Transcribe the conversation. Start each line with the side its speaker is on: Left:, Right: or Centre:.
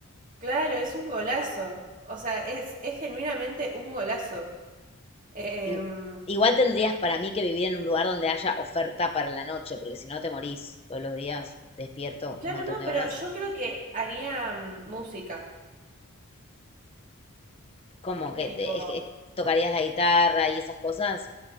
Right: Claro, es un golazo. O sea, es, es genuinamente un golazo. Em,
Left: I- Igual tendrías para mí que vivir en un lugar donde haya oferta para la noche, porque si no te morís todos los días, despierto
Right: claro,
Left: un montón
Right: no,
Left: de
Right: pero
Left: horas.
Right: yo creo que haría mm, música.
Left: ¿Cómo que
Right: Tipo,
Left: te- es que tocarías la guitarra y esas cosas?